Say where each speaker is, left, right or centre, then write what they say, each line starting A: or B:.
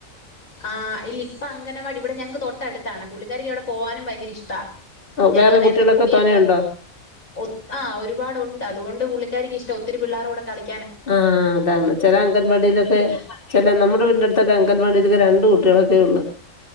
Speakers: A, on the left; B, on the left.
A: ആ ഇല്ല ഇപ്പ അങ്ങനവാടി ഇവിടെ ഞങ്ങക്ക് തൊട്ടടുത്താണ് പുള്ളിക്കാരിക്ക് അവിടെ പോവാനും ഭയങ്കര ഇഷ്ടാ ഞങ്ങൾ
B: വേറെ
A: നേരത്തെ
B: കുട്ടികളൊക്കെ
A: പൊടിയൊക്കെ
B: തോനെയുണ്ടോ
A: ഒത് ആ ഒരുപാടുണ്ട് അത്കൊണ്ട് പുള്ളിക്കാരിക്കിഷ്ടവാ ഒത്തിരി പിള്ളാര്ടെ കൂടെ കളി
B: ആ അതാണ് ചെല അങ്കൻവാടിയിലൊക്കെ ചെല നമ്മുടെ വീടിൻന്റട്ത്തൊക്കെ അങ്കൻവാടിയിലൊക്കെ രൺ കുട്ടികളൊക്കെ ഒള്ള്